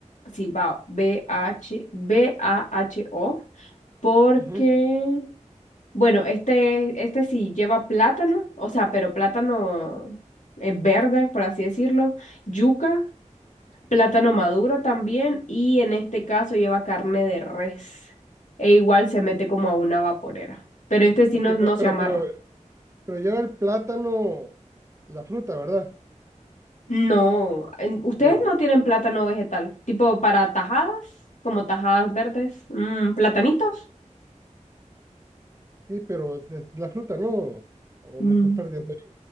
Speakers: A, on the left; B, on the right.
A: sí, bao, B-H, B-A-H-O, porque,
B: Ujú.
A: bueno, este, este sí lleva plátano, o sea, pero plátano eh, verde, por así decirlo, yuca, plátano maduro también, y en este caso lleva carne de res, e igual se mete como a una vaporera, pero este sí
B: Ok,
A: no, no
B: pe-
A: se
B: pero,
A: amarra.
B: pero, pero lleva el plátano, la fruta, ¿verdad?
A: No, en- ustedes
B: ¿Cómo?
A: no tienen plátano vegetal, tipo para tajadas, como tajadas verdes, mm, platanitos.
B: Sí, pero es, es la fruta, ¿no? O
A: Mm.
B: me estás perdiendo ahí.